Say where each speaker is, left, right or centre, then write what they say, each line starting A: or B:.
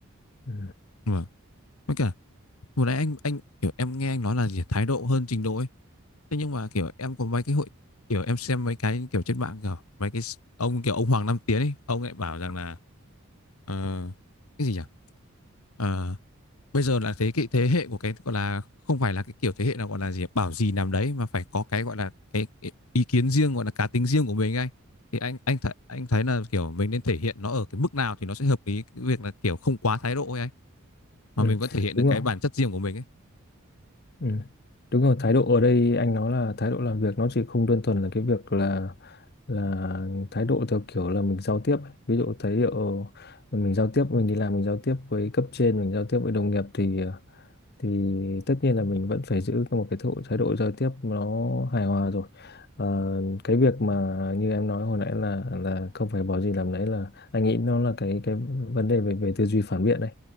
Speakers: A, on the left; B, on the left.
A: Ừ.
B: dạ vâng với cả vừa nãy anh anh kiểu em nghe anh nói là gì thái độ hơn trình độ ấy thế nhưng mà kiểu em có mấy cái hội kiểu em xem mấy cái kiểu trên mạng kiểu mấy cái ông kiểu ông Hoàng Nam Tiến ấy ông lại bảo rằng là ờ, cái gì nhỉ Ờ, bây giờ là thế cái thế hệ của cái gọi là không phải là cái kiểu thế hệ nào gọi là gì bảo gì làm đấy mà phải có cái gọi là cái, cái ý kiến riêng gọi là cá tính riêng của mình anh thì anh anh th anh thấy là kiểu mình nên thể hiện nó ở cái mức nào thì nó sẽ hợp lý cái việc là kiểu không quá thái độ ấy anh mà
A: Ừ.
B: mình vẫn thể hiện
A: Đúng
B: được cái
A: không?
B: bản chất riêng của mình ấy
A: Ừ. Đúng rồi, thái độ ở đây anh nói là thái độ làm việc nó chỉ không đơn thuần là cái việc là là thái độ theo kiểu là mình giao tiếp ấy. Ví dụ thái độ mình giao tiếp mình đi làm mình giao tiếp với cấp trên mình giao tiếp với đồng nghiệp thì thì tất nhiên là mình vẫn phải giữ một cái thái độ thái độ giao tiếp nó hài hòa rồi Ờ, cái việc mà như em nói hồi nãy là là không phải bỏ gì làm nấy là anh nghĩ nó là cái cái vấn đề về về tư duy phản biện đấy